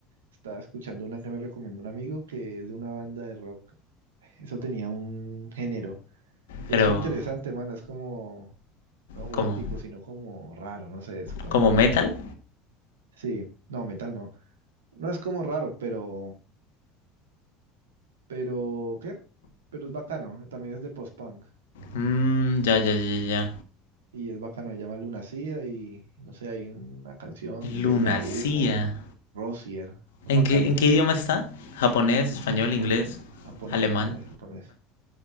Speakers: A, on the right; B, on the left.
A: Estaba escuchando una que me recomendó un amigo que es de una banda de rock. Eso tenía un género. Pero
B: Pero,
A: esto interesante, mano. Es como, no gótico,
B: ¿cómo?
A: sino como raro. No sé, es como...
B: ¿Como metal?
A: Sí, no, metal no. No es como raro, pero... Pero, ¿qué? Pero es bacano. También es de post-punk.
B: Mm, ya, ya, ya, ya.
A: Y es bacano. Se llama Lunacida y, no sé, hay una canción
B: Lunacía.
A: de Yahoo o Rosier. Son
B: ¿En
A: bacanas.
B: qué, en qué idioma está? ¿Japonés, español, inglés,
A: Japonés, japonés,
B: alemán?
A: japonés, japonés.